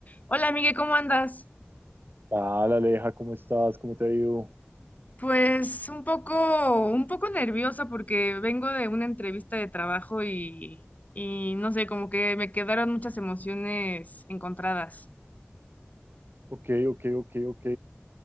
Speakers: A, on the left; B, on the right.
A: Hola, Miguel, ¿cómo andas?
B: Hola Aleja, ¿cómo estás? ¿Cómo te ha ido?
A: Pues un poco, un poco nerviosa porque vengo de una entrevista de trabajo y, y no sé, como que me quedaron muchas emociones encontradas.
B: Ok, ok, ok, ok.